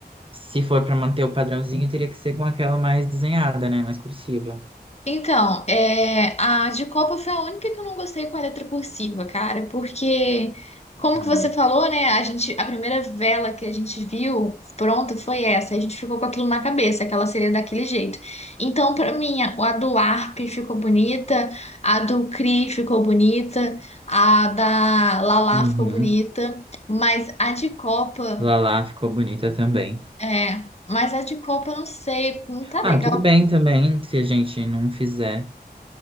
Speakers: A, on the right; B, on the left.
A: se for para manter o padrãozinho, teria que ser com aquela mais desenhada, né? Mais cursiva.
B: Então, é, a de Copa foi a única que eu não gostei com a letra cursiva, cara, porque, como
A: Ah,
B: que você falou, né? A gente, a primeira vela que a gente viu pronta foi essa. A gente ficou com aquilo na cabeça, que ela seria daquele jeito. Então, pra mim, a, a do Arp ficou bonita, a do Cri ficou bonita, a da Lala
A: Uhum.
B: ficou bonita, mas a de Copa,
A: Lala ficou bonita também.
B: é, mas a de Copa, eu não sei, não tá
A: Ah,
B: legal
A: tudo bem também se a gente não fizer.